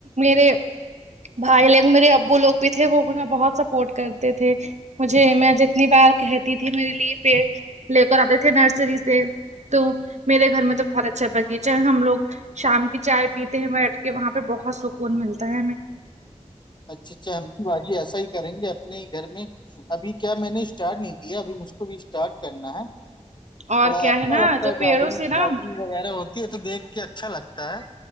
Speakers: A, on the right; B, on the left.
A: میرے بھائی لگ میرے ابو لوگ بھی تھے وہا بہت سپورٹ کرتے تھے مجھے میں جتنی بار کہتی تھی میرے لیے پیڑ لے کر آتے تھے نرسری سے تو میرے گھر میں تو بہت اچھا بغیچہ ہم لوگ شام کی چائے پیتے بیٹھ کے وہاں پہ بہت سکون ملتا ہے ہمیں
B: اچھا اچھا ہم بھی باجی ایسا ہی کریں گے اپنے ہی گھر میں ابھی کیا میں نے اسٹارٹ نہیں کیا ابھی مجھ کو بھی اسٹارٹ کرنا ہے
A: اور
B: تھوڑا
A: کیا
B: اچھا
A: نا
B: لگتا
A: جو
B: ہے
A: پیڑوں
B: گڈنگ
A: سے نا
B: گارڈنگ وغیرہ ہوتی ہے تو دیکھ کے اچھا لگتا ہے